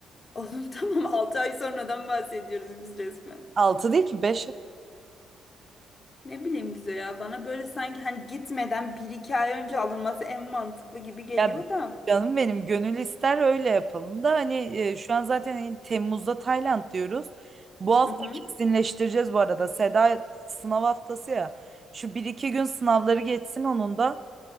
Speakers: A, on the left; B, on the right.
A: Oğlum <laughs> tamam 6 ay sonradan bahsediyoruz biz resmen.
B: altı değil ki 5.
A: Ne bileyim Gizo ya bana böyle sanki hani gitmeden bir iki ay önce alınması en mantıklı gibi geliyor
B: Ya
A: da.
B: canım benim gönül ister öyle yapalım da hani e, şu an zaten en- Temmuz'da Tayland diyoruz. Bu hafta
A: Hı hı
B: kesinleştireceğiz bu arada. Seda sınav haftası ya. Şu bir iki gün sınavları geçsin onun da.